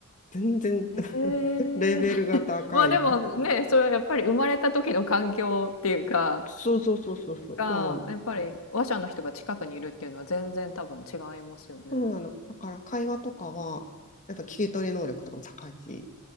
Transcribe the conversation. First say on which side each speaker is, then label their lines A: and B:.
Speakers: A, on the left; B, on the left.
A: 全然
B: へ
A: <laughs> レベルが高い。
B: え。まあ、でもね、それはやっぱり生まれた時の環境っていうか、
A: そうそうそうそうそう、
B: が、
A: そうなの。
B: やっぱり話者の人が近くにいるっていうのは全然多分違いますよね。
A: そうなの。だから会話とかは、やっぱ聞き取り能力とかも高いし、